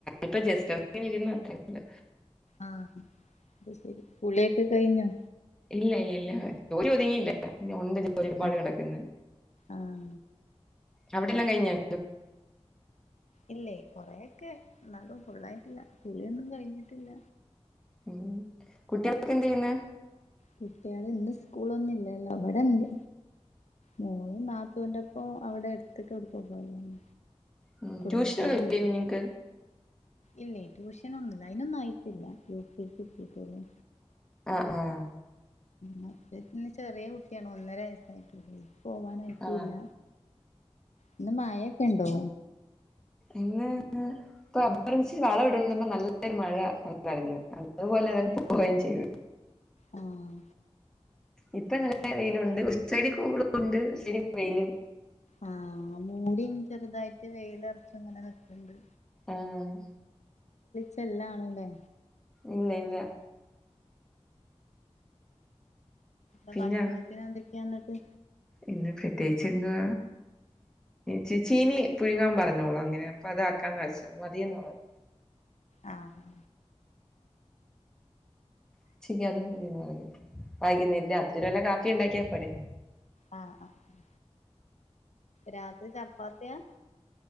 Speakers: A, in the centre; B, on the left (about 80°).
A: ഇപ്പ ജസ്റ്റ ഇന്ന് അത്ര
B: ആഹ അത് ശരി പുളിയൊക്കെ കഴിഞ്ഞു
A: ഇല്ല ഇല്ല ഇല്ല ജോലി ഒതുങ്ങിയില്ല ഇ ഒരുപാട്
B: ആഹ്
A: കിടക്കന്ന്
B: ആഹ്
A: അവിടെല്ലാം കഴിഞ്ഞൻ
B: ഇല്ലേ കൊറെ ക്കെ എന്നാലും പൊള്ളായിട്ടില്ല കുളിയൊന്നും കഴിഞ്ഞിട്ടില്ല
A: ഉം കുട്ടികളൊക്കെ എന്ത് ചെയ്യന്ന്
B: കുട്ടികള് ഇന്ന് സ്കൂളൊന്നുംില്ലല്ലോ അവിടെന്ത് മോളും നാത്തുംന്റെ ഇപ്പൊ അവിടെ എടുത്തട്ട എടുക്ക പോയതാണ്
A: ഉ
B: കുടുംബക്കാരെ
A: ട്യൂഷന ക
B: വീട്ട്ക്ക്
A: നിങ്ങക്ക്
B: ഇല്ലേ ട്യൂഷന ഒന്നുംില്ല അതിനനൊന്നും ആയിട്ടില്ല യട്ടീട്ടന്നന്ന്
A: ആഹ ആഹ
B: മറ്റേ ഇന്ന് ചെറിയ കുട്ടിയണോ ഒന്നര വയസ്സായിട്ടേ പോവാനായിട്ടല്ല
A: ആ
B: ഇന്ന് മായൊക്കെ ഉണ്ടോ
A: ഇ ഇപ്പൊ അപർമിച്ച് വളം ഇട്പ നല്ലൊരു മഴ വന്നായിരുന്നു അതുപോലെ തതെ പോവുകയും ചെയ്തു
B: ആഹ
A: ഇപ്പൊ നല്ല വെയിലുണ്ട് സൈഡ കൂളുംണ്ട് സൈഡ വെയിലും
B: ആഹ് മൂടി ചെറുതായിട്ട് വെയില ഇറച്ച ഇങ്ങനെ വെക്കണ്ട്
A: ആഹ്
B: ചെല്ലാണല്ലേ
A: ഇല്ല ഇല്ല
B: ഇ
A: പിന്നെ
B: ഭക്ഷണത്തിന് എന്തൊക്കെയാന്നിട്ട്
A: ഇന്ന് പ്രത്യേകിച്ച് എന്വാ ച ചീനി പുഴുങ്ങാൻ പറഞ്ഞോളൂ അങ്ങന ഇതാക്കാ കാശ് മതി തോന്നും
B: ആഹഹ
A: ഉച്ച ക്കത് മതിന്ന് പറഞ്ഞു വൈകുന്നേരം രാത്രി വല്ല കാപ്പി ഉണ്ടാക്കിയാ പോരെ
B: ആഹ ആ രാത്രി ചപ്പാത്തിയാ